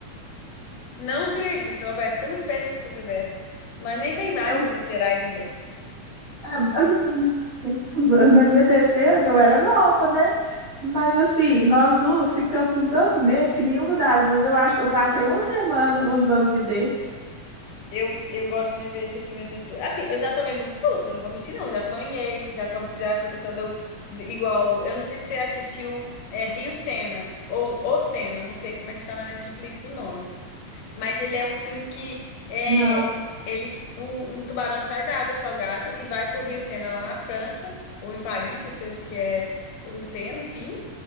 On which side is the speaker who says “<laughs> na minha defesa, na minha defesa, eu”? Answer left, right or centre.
Right